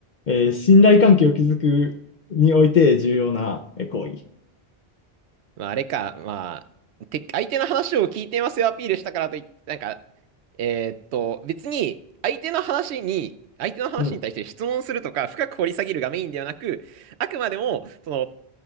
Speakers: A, on the left (about 50°); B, on the right (about 85°).
A: えー信頼関係を築くにおいて重要なえ行為。
B: まあ、あれか、まあ、て、相手の話を聞いてますよアピールしたからといって、なんか、えーっと、別に、相手の話に、相手の話に対して質問するとか、
A: うん
B: 深く掘り下げるがメインではなく、あくまでも、その、